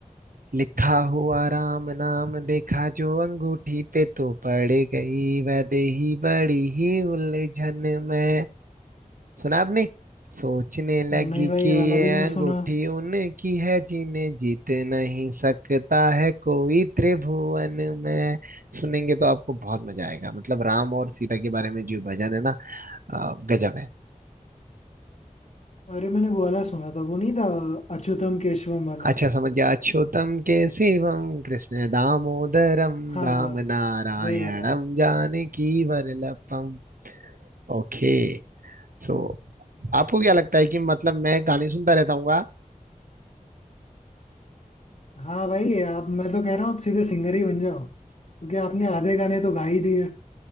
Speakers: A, on the right; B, on the left.
A: लिखा हुआ राम नाम देखा जो अंगूठी पे तो पड़ गई वैदेही बड़ी ही उलझन में सुना आपने सोचने लगी
B: नहीं भाई
A: कि
B: ये
A: ये
B: वाला भी नहीं
A: अंगूठी
B: सुना
A: उनकी है जिन्हें जीत नहीं सकता है कोई त्रिभुवन में सुनेंगे तो आपको बहुत मजा आएगा मतलब राम और सीता के बारे में जो भजन है ना अ, गजब है
B: अरे मैंने वो वाला सुना था वो नहीं था अच्युतम केशवम वाला
A: अच्छा समझ गया अच्युतम केशवम कृष्ण दामोदरम
B: हाँ
A: राम नारायणम
B: वही वाला
A: जानकी वरलपम ओके सो आपको क्या लगता है कि मतलब मैं गाने सुनता रहता हूँ हाँ?
B: हाँ भाई आप मैं तो कह रहा हूँ आप सीधे सिंगर ही बन जाओ क्योंकि आपने आधे गाने तो गा ही दिए